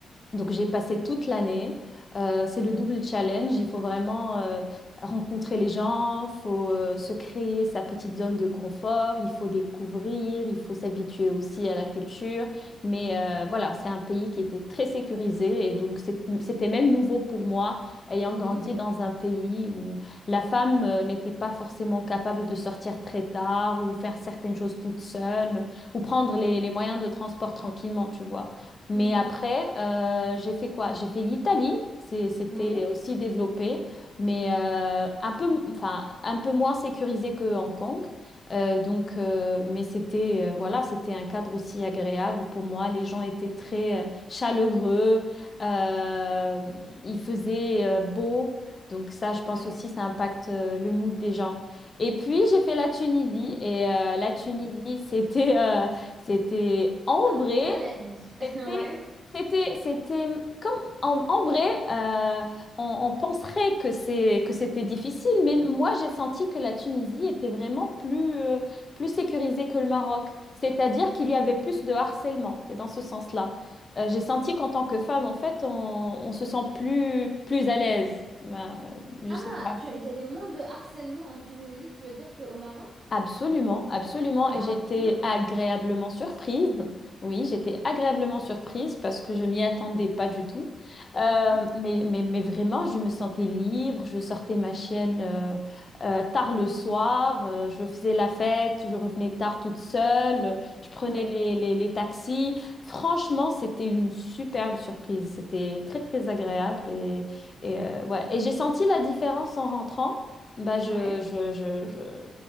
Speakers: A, on the left; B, on the right.
A: donc j'ai passé toute l'année. Euh, c'est le double challenge. Il faut vraiment euh, rencontrer les gens, il faut euh, se créer sa petite zone de confort, il faut découvrir, il faut s'habituer aussi à la culture. Mais euh, voilà, c'est un pays qui était très sécurisé et donc c'est- c'était même nouveau pour moi, ayant
B: Mhm.
A: grandi dans un pays où la femme euh, n'était pas forcément capable de sortir très tard ou faire certaines choses toute seule ou prendre
B: Ouais.
A: les les moyens de transport tranquillement, tu vois. Mais
B: Mhm.
A: après, euh, j'ai fait quoi? J'ai fait l'Italie. C'est- C'était
B: Ouais.
A: aussi développé, mais euh, un peu, enfin, un peu moins sécurisé que Hong Kong. Euh, donc, euh, mais c'était, euh, voilà, c'était un cadre aussi agréable pour moi. Les gens étaient très euh, chaleureux. Euh, il faisait euh, beau. Donc ça, je pense
B: Ouais.
A: aussi, ça impacte euh, le mood des gens. Et puis, j'ai fait la Tunisie. Et euh, la Tunisie, <laughs> c'était euh, c'était ambré.
B: Un challenge. <laughs>
A: C'était,
B: Ouais.
A: c'était, c'était comme en, en vrai, euh, on, on penserait que c'est que c'était difficile, mais moi j'ai senti que la Tunisie était vraiment plus euh, plus sécurisée que le Maroc. C'est-à-dire qu'il y avait plus de harcèlement. C'est dans ce sens-là. Euh, j'ai senti qu'en tant que femme, en fait, on, on se sent plus plus à l'aise. Bah, je
B: Ah,
A: sais pas.
B: tu- il y avait moins de harcèlement en Tunisie, tu veux dire qu'au Maroc?
A: Absolument, absolument.
B: Ah
A: Et j'étais
B: bon?
A: agréablement surprise. Oui, j'étais agréablement surprise parce que je m'y attendais pas du tout. Euh,
B: Mhm.
A: mais, mais, mais vraiment, je me sentais libre. Je sortais ma chienne euh, euh, tard le soir. euh, je faisais la fête. Je revenais tard toute seule. euh, Je prenais
B: Ouais.
A: les, les, les taxis. Franchement, c'était une superbe surprise. C'était très, très agréable. Et, et, euh, ouais. Et j'ai senti la différence en rentrant. Bah, je,
B: Ouais.
A: je, je, je-